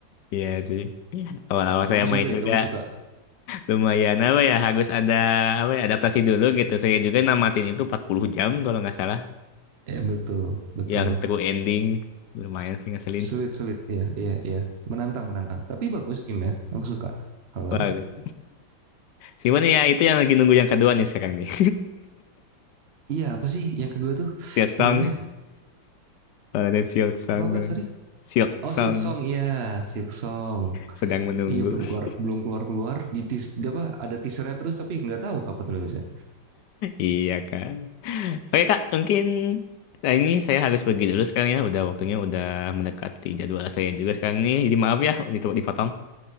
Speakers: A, on the left; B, on the right.
A: Iya sih. Iya, Awal-awal
B: Bagus
A: saya main
B: juga itu
A: juga.
B: aku suka.
A: Lumayan apa ya harus ada apa ya adaptasi dulu gitu. Saya juga namatin itu 40 jam kalau nggak salah
B: Ya betul, betul.
A: yang true ending. Lumayan sih ngeselin.
B: Sulit-sulit ya, iya iya. iya. Menantang menantang. Tapi bagus game ya. Aku suka Hollow
A: Bagus.
B: Knight.
A: Cuman ya itu yang lagi nunggu yang kedua nih sekarang nih.
B: Iya, apa sih yang kedua tuh
A: <laughs> Silk Song.
B: namanya?
A: Kalau ada Silk Song
B: Apa-apa?
A: kalau
B: Sorry.
A: Silk
B: Oh,
A: Song
B: Silk Song. Iya, Silk Song.
A: sedang menunggu.
B: Iya belum keluar
A: <laughs>
B: belum keluar keluar di teas, apa ada teasernya terus tapi nggak tahu kapan rilisnya.
A: Iya Kak. Oke Kak, mungkin nah ini saya harus pergi dulu sekarang ya. Udah waktunya udah mendekati jadwal saya juga sekarang nih. Jadi maaf ya ditu- dipotong.